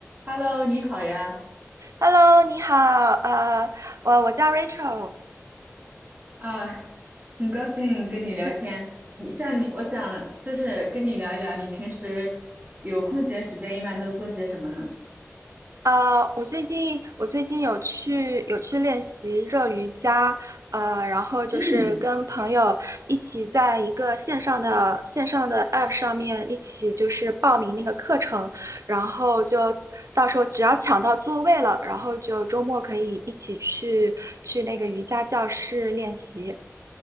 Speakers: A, on the right; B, on the right.
A: Hello，你好呀，
B: Hello，你好，呃，我我叫 Rachel，
A: 啊，很高兴跟你聊天。
B: 那
A: 你像你，我想就是跟你聊一聊，你平时有空闲时间一般都做些什么呢？
B: 呃，我最近我最近有去有去练习热瑜伽，呃，然后就是跟朋友一起在一个线上的线上的
A: 嗯，
B: App 上面一起就是报名那个课程，然后就到时候只要抢到座位了，然后就周末可以一起去去那个瑜伽教室练习。